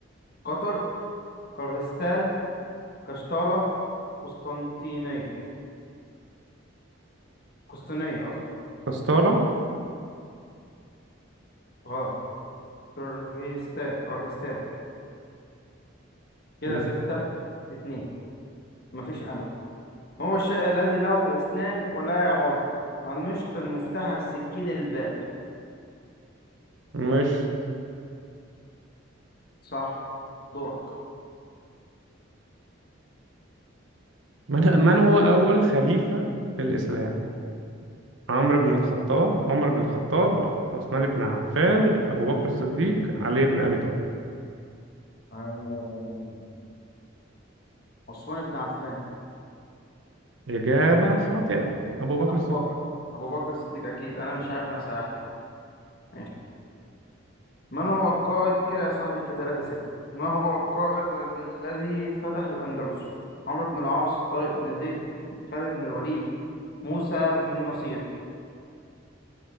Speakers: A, on the left (about 50°); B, on the right (about 70°).
A: قطر قرغيزستان قشطالة قسطنطينية قسطينية أصلا
B: قسطرة
A: غلط قرغيزستان قرغيزستان كده
B: <laughs>
A: ستة اتنين مفيش أمل ما هو الشيء الذي له أسنان ولا يعض المشط المفتاح السكين الباب
B: مش
A: صح دورك
B: من... من هو أول خليفة في الإسلام عمرو بن الخطاب عمر بن الخطاب عثمان بن عفان أبو بكر الصديق علي بن أبي طالب
A: آه... عثمان بن عفان
B: إجابة خاطئة أبو بكر
A: أبو
B: الصديق
A: بكر أبو بكر الصديق أكيد أنا مش عارف أنا سرحت ماشي من هو القائد كده يا صاحبي أنت 3 6 ما هو القائد الذي فتح الأندلس عمرو بن العاص طارق بن زيد خالد بن الوليد موسى بن النصير